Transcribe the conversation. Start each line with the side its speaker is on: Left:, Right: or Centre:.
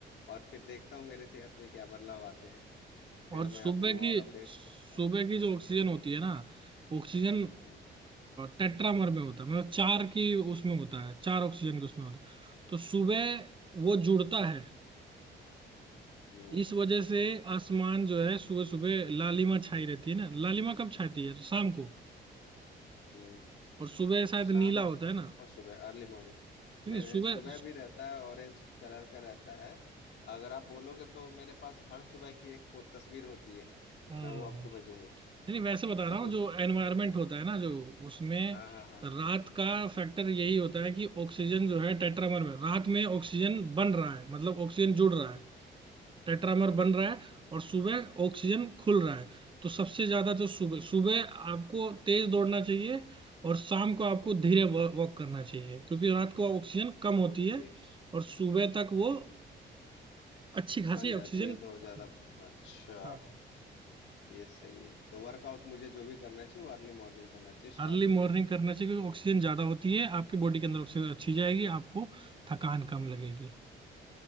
Left: और फिर देखता हूँ मेरे सेहत में क्या बदलाव आते हैं फिर
Right: और सुबह
Left: मैं आपको
Right: की
Left: और अपडेट्स
Right: सुबह
Left: देता हूँ
Right: की जो ऑक्सीजन होती है ना ऑक्सीजन
Left: हम्म,
Right: टेट्रामर में होता है मतलब चार की उसमें होता है चार ऑक्सीजन के उसमें होता है तो सुबह
Left: अच्छा
Right: वो जुड़ता है
Left: हम्म
Right: इस वजह से आसमान जो है सुबह सुबह लालिमा छाई रहती है ना लालिमा कब छाती है शाम को
Left: हम्म
Right: और सुबह शायद
Left: शाम
Right: नीला
Left: और
Right: होता है ना नहीं
Left: और सुबह अर्ली मॉर्निंग
Right: नहीं
Left: नहीं नहीं
Right: सुबह
Left: सुबह भी रहता है ऑरेंज कलर का रहता है अगर आप बोलोगे तो मेरे पास हर सुबह की एक फो- तस्वीर होती है
Right: हम्म
Left: मैं वो आपको
Right: नहीं नहीं वैसे
Left: भेजूंगा
Right: बता
Left: <laughs>
Right: रहा हूँ जो एनवायरनमेंट होता है ना जो उसमें
Left: हाँ हाँ हाँ
Right: रात
Left: हाँ
Right: का फैक्टर यही होता है कि ऑक्सीजन जो है टेट्रामर में रात में ऑक्सीजन बन रहा है मतलब ऑक्सीजन जुड़ रहा है टेट्रामर
Left: हम्म,
Right: बन रहा है और सुबह ऑक्सीजन खुल रहा है तो सबसे ज्यादा तो सुबह सुबह आपको तेज दौड़ना चाहिए और शाम को आपको धीरे वॉक करना चाहिए क्योंकि रात को ऑक्सीजन कम होती
Left: ओके
Right: है और सुबह तक वो अच्छी खासी
Left: बन
Right: ऑक्सीजन
Left: जाती है तो ज्यादा
Right: हाँ
Left: अच्छा
Right: हाँ,
Left: ये सही है तो वर्कआउट मुझे जो भी करना चाहिए वो अर्ली मॉर्निंग करना चाहिए
Right: अर्ली
Left: शाम
Right: मॉर्निंग
Left: में नहीं
Right: करना चाहिए क्योंकि ऑक्सीजन ज्यादा होती है आपकी बॉडी के अंदर ऑक्सीजन अच्छी जाएगी आपको थकान कम लगेगी